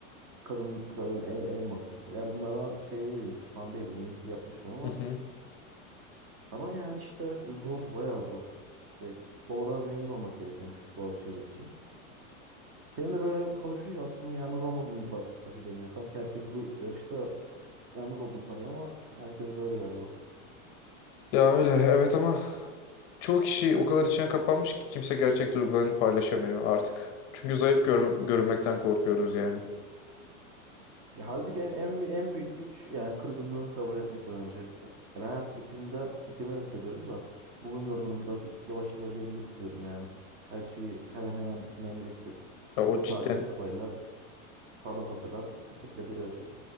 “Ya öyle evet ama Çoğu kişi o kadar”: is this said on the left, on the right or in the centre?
Left